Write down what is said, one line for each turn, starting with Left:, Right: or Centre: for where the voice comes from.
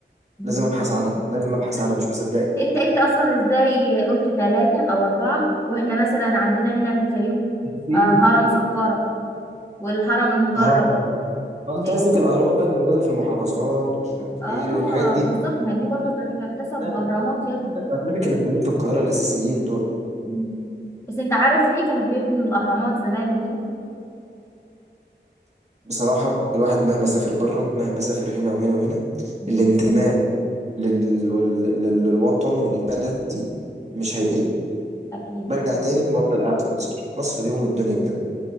Left: مم.
Right: لازم أبحث عنها لازم أبحث
Left: لا
Right: عنها مش مصدقك
Left: أنت أنت أصلا إزاي قلت ثلاثة أو أربعة وإحنا مثلا عندنا هنا في الفيوم
Right: فين
Left: آه، هرم سقارة والهرم المدرج
Right: هرم طقطقة اه انت
Left: آه
Right: قصدك الاهرامات بقى اللي موجوده في المحافظات ومش عارف
Left: آه،
Right: ايه والحاجات دي
Left: بالظبط ما دي برضو تحتسب بأهرامات
Right: لا
Left: يا ابني
Right: لا، انا كلامي كانوا موجودين في القاهره الاساسيين دول
Left: مم. بس أنت عارف ليه كانوا بيبنوا الأهرامات زمان وكده
Right: بصراحة الواحد مهما سافر بره مهما سافر هنا وهنا وهنا
Left: مم.
Right: الانتماء لل... لل... للوطن وللبلد دي مش هيقل
Left: أكيد
Right: برجع
Left: يعني
Right: تاني وبفضل قاعد في مصر مصر دي أم الدنيا بجد